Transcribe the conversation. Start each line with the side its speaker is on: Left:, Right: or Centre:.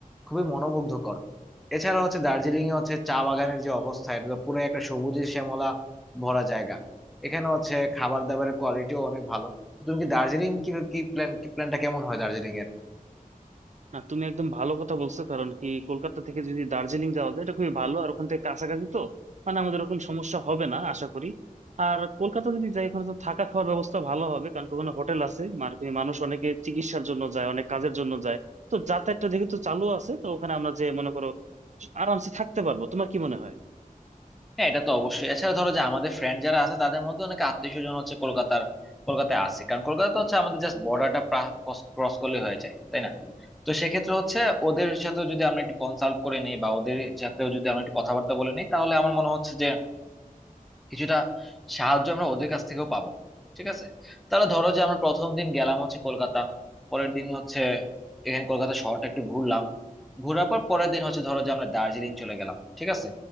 Centre: খুবই মনোমুগ্ধকর এছাড়া হচ্ছে দার্জিলিং এ হচ্ছে চা বাগানের যে অবস্থা এটা তো পুরো একটা সবুজে শ্যামলা ভরা জায়গা এখানে হচ্ছে খাবার দাবারের কোয়ালিটিও অনেক ভালো তুমি কি দার্জিলিং কি কি প্ল্যান প্ল্যানটা কেমন হয় দার্জিলিং এর
Right: না তুমি একদম ভালো কথা বলছো কারণ কি কলকাতা থেকে যদি দার্জিলিং যাওয়া যায় এটা খুবই ভালো আর ওখান থেকে কাছাকাছি তো মানে আমাদের ওরকম সমস্যা হবে না আশা করি আর কলকাতা যদি যাই ওখানে তো থাকা খাওয়ার ব্যবস্থা ভালো হবে কারণ কি ওখানে হোটেল আছে মানে কি মানুষ অনেকে চিকিৎসার জন্য যায় অনেক কাজের জন্য যায় তো যাতায়াতটা যেহেতু চালু আছে তো ওখানে আমরা যে মনে করো আরামসে থাকতে পারবো তোমার কি মনে হয়
Centre: হ্যাঁ এটা তো অবশ্যই এছাড়া ধরো যে আমাদের ফ্রেন্ড যারা আছে তাদের মধ্যে অনেকে আত্মীয় স্বজন হচ্ছে কলকাতার কলকাতায় আছে কারণ কলকাতা তো হচ্ছে আমাদের জাস্ট বর্ডারটা ক্রস করলে হয়ে যায় তাই না তো সেক্ষেত্রে হচ্ছে ওদের সাথে যদি আমরা একটু কনসাল্ট করে নিই বা ওদের সাথেও যদি আমরা একটু কথাবার্তা বলে নিই তাহলে আমার মনে হচ্ছে যে কিছুটা সাহায্য আমরা ওদের কাছ থেকেও পাবো ঠিক আছে তাহলে ধরো যে আমরা প্রথম দিন গেলাম হচ্ছে কলকাতা পরের দিন হচ্ছে এখানে কলকাতা শহরটা একটু ঘুরলাম ঘোরার পর পরের দিন হচ্ছে ধরো যে আমরা দার্জিলিং চলে গেলাম ঠিক আছে